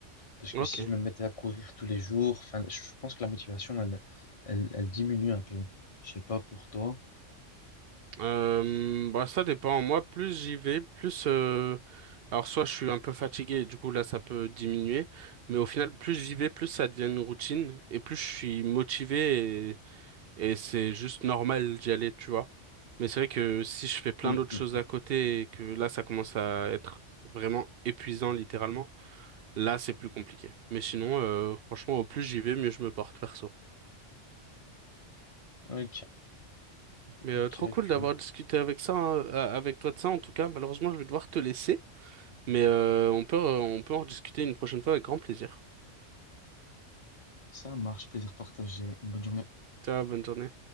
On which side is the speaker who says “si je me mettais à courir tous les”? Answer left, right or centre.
Left